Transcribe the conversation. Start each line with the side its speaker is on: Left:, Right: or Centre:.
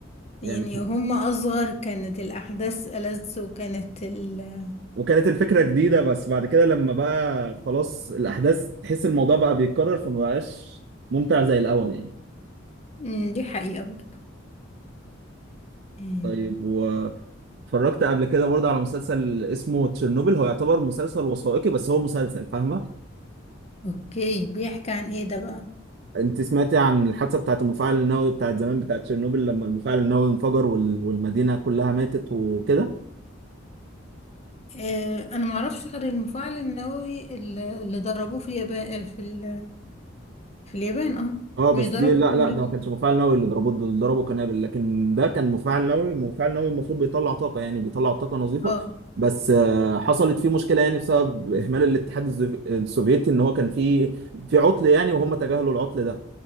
Left: يعني
Right: يعني
Left: هما أصغر كانت الأحداث ألذ وكانت ال...
Right: وكانت الفكره جديده بس بعد كده لما بقى خلاص الاحداث تحس الموضوع بقى بيتكرر فما بقاش ممتع زي الاول يعني
Left: مم، دي حقيقة برضه إيه.
Right: طيب واتفرجت قبل كده برضه على مسلسل اسمه تشيرنوبل هو يعتبر مسلسل وثائقي بس هو مسلسل فاهمه
Left: اوكي بيحكي عن ايه ده بقى
Right: انت سمعتي عن الحادثه بتاعت المفاعل النووي بتاعت زمان بتاعت تشيرنوبل لما المفاعل النووي انفجر وال... والمدينه كلها ماتت وكده
Left: آه، انا ما اعرفش غير المفاعل النووي ال- اللي ضربوه في اليابان في ال... في اليابان اه
Right: اه
Left: مش
Right: بس دي
Left: ضربوه
Right: لا
Left: في امريكا
Right: لا ده ما كانش مفاعل نووي اللي ضربوه دول ضربوا قنابل لكن ده كان مفاعل نووي مفاعل نووي المفروض بيطلع طاقه يعني بيطلع طاقه نظيفه
Left: اه
Right: بس آه، حصلت فيه مشكله يعني بسبب اهمال الاتحاد الزوف- السوفيتي ان هو كان في في عطل يعني وهم تجاهلوا العطل ده